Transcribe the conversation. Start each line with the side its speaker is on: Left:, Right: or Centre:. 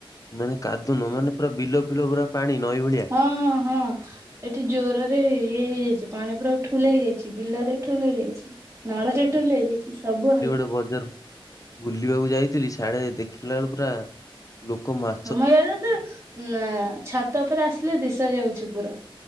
Left: ମାନେ କାଦୁନ ମାନେ ପୁରା ବିଲ ଫିଲ ପୁରା ପାଣି ନଈ ଭଳିଆ?
Right: ହଁ ହଁ ହଁ। ଏଠି ଜୋର ରେ ଇଏ ହେଇଯାଇଛି ପାଣି ପୁରା ଠୁଲୁ ହେଇଯାଇଛି ବିଲ ରେ ଠୁଲୁ ହେଇଯାଇଛି। ନାଳରେ ଠୁଲୁ ହେଇଯାଇଛି ସବୁଆଡେ।
Left: ତ ବଜାରରୁ। ବୁଲିବାକୁ ଯାଇଥିଲି ସାଡେ ଦେଖିଲାବଳୁକୁ ପୁରା। ଲୋକମା
Right: ଆମର ଇଆଡେ ତ ଉଁ ଛାତ ଉପରେ ଆସିଲେ ଦିଶା ଯାଉଛି ପୁରା।